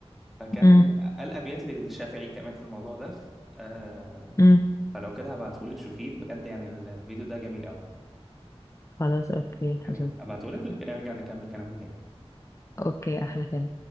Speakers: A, in the centre; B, on the left (about 30°).
A: فكان
B: امم
A: قال ابيات للشافعي كمان في الموضوع ده ف- آه
B: امم
A: فلو كده هبعتهولك شوفيه بجد يعني ال- الفيديو ده جميل قوي
B: خلاص اوكي
A: تمام
B: هشوف
A: هبعتهولك لو كده نرجع نكمل كلامنا تاني
B: اوكي احلى كلام